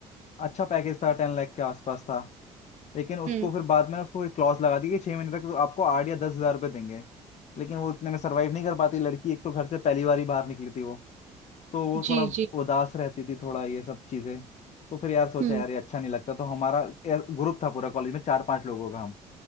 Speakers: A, on the left (about 55°); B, on the right (about 60°).
A: अच्छा पैकेज था टेन लाख के आसपास था लेकिन उसको
B: हम्म,
A: फिर बाद में उसको एक क्लॉज लगा दी कि छह महीने तक तो आपको आठ या दस हजार रुपये देंगे लेकिन वो इतने में सरवाइव नहीं कर पाती लड़की एक तो घर से पहली बार ही बाहर निकली थी वो तो वो
B: जी
A: थोड़ा
B: जी
A: उदास रहती थी थोड़ा ये सब चीजें तो फिर यार सोचा
B: हम्म
A: यार ये अच्छा नहीं लगता तो हमारा ग्रुप था पूरा कॉलेज में चार पांच लोगों का हम